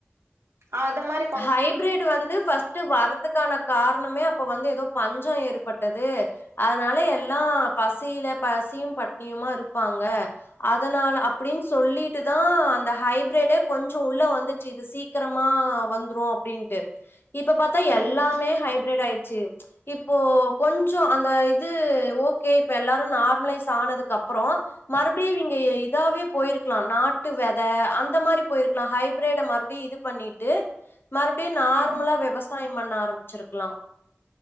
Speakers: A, on the right (about 75°); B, on the left (about 55°).
A: அத மாரித்
B: ஹைப்பிரிடு் வந்து ஃபஸ்ட் ட்டு வர்ரதுக்கான காரணமே அப்போ வந்து ஏதோ பஞ்சோ ஏற்பட்டது அதனால எல்லா பசியில பசியும் பட்னியுமா இருப்பாங்க அதனால அப்புடின்னு சொல்லிட்டுதான் அந்த ஹைப்ரிட்டு கொஞ்சோ உள்ள வந்துச்சு இது சீக்கரமா வந்துரும் அப்புடின்ட்டு இப்ப பாத்தா
A: ம்
B: எல்லாமே ஹைப்ரிட் ஆயிட்ச்சு இப்போ கொஞ்சோ அந்த இது ஓகே இப்ப எல்லாரும் நார்மலைஸ் ஆனதுக்கு அப்புறோ மறுப்டியும் இவிங்க ஏ இதாவே போயிருக்குலா நாட்டு வெத அந்த மாரி போயிருக்குலா ஹைப்ரிட மறுபுடியும் இதுப் பண்ணிட்டு மறுப்டியும் நார்மலா
A: ம்
B: விவசாயம் பண்ண ஆரம்பிச்சிருக்குலா